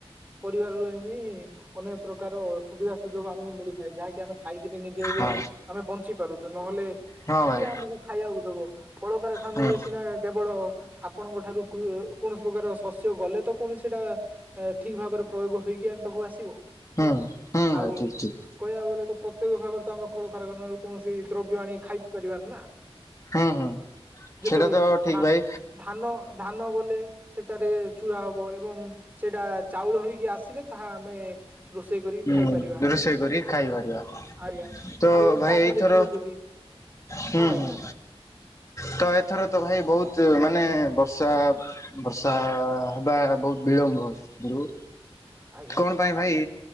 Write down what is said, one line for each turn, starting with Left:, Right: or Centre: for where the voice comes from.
Right: ପରିବାରରୁ ବି ଅନେକ ପ୍ରକାର ସୁବିଧା ସୁଯୋଗ ଆମକୁ ମିଳିଥାଏ, ଯାହାକି ଆମେ ଖାଇକିରି ନିଜେ ଏବେ
Left: ହଁ
Right: ଆମେ ବଞ୍ଚିପାରୁଛୁ, ନହେଲେ
Left: ହଁ
Right: କିଏ
Left: ଭାଇ
Right: ଆମକୁ ଖାଇବାକୁ ଦବ? କଳକାରଖାନାରେ
Left: ହୁଁ।
Right: ସିନା କେବଳ ଆପଣଙ୍କଠାରୁ କୃ କୌଣସି ପ୍ରକାର ଶସ୍ୟ ଗଲେ ତ ପୁଣି ସେଇଟା ଏଁ ଠିକ ଭାବରେ ପ୍ରୟୋଗ ହେଇକି ଆମ ପାଖକୁ ଆସିବ।
Left: ହୁଁ ହୁଁ ଭାଇ
Right: ଆଉ
Left: ଠିକ ଠିକ
Right: କହିଆକୁ ଗଲେ ତ ପ୍ରତ୍ୟେକ ଖାଇବାରେ ତ ଆମେ କଳକାରଖାନାରୁ କୌଣସି ଦ୍ରବ୍ୟ ଆଣି ଖାଇପାରିବାନି ନା।
Left: ହୁଁ ହୁଁ ହୁଁ
Right: ଯେପରି
Left: ସେଇଟା ତ ଠିକ
Right: ଧାନ୍
Left: ଭାଇ
Right: ଧାନ ନ ଧାନ ଗଲେ ସେଟାରେ ଚୁରା ହବ ଏବଂ ସେଇଟା ଚାଉଳ ହେଇକି ଆସିଲେ ତାହା ଆମେ ରୋଷେଇ କରିକି
Left: ହୁଁ
Right: ଖାଇପାରିବା।
Left: ରୋଷେଇ କରି ଖାଇପାରିବା
Right: ଆଜ୍ଞା,
Left: ତ
Right: ଆଉ
Left: ଭାଇ
Right: ଡାଲି
Left: ଏଇଥର
Right: ଦେଖିବେ ଯଦି
Left: ହୁଁ
Right: ହଁ ଭାଇ
Left: ହୁଁ
Right: କୁହନ୍ତୁ।
Left: ତ ଏଥର ତ ଭାଇ ବହୁତ ମାନେ ବର୍ଷା ବର୍ଷା ଆ ହେବା ବହୁତ ବିଳମ୍ବ। ଯୋଉ
Right: ଆଜ୍ଞା
Left: କଣ ପାଇଁ ଭାଇ,